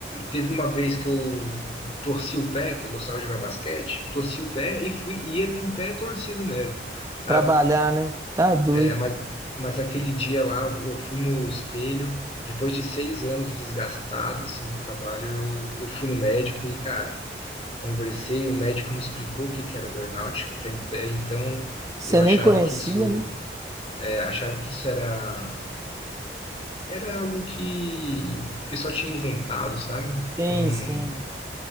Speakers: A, on the left; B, on the right.
A: Teve uma vez que eu torci o pé, que eu gostava de jogar basquete, eu torci o pé e fui, ia com o pé torcido mesmo, sabe?
B: Trabalhar, né? Tá doido.
A: É, mas, mas aquele dia lá, eu fui no espelho, depois de seis anos desgastado, assim, do trabalho, eu, eu fui no médico e, cara, conversei, o médico me explicou o que que era burnout, porque até então
B: Você
A: eu achava
B: nem conhecia,
A: que isso,
B: né?
A: é, achava que isso era Era algo que o pessoal tinha inventado, sabe?
B: Sim,
A: Que não,
B: sim.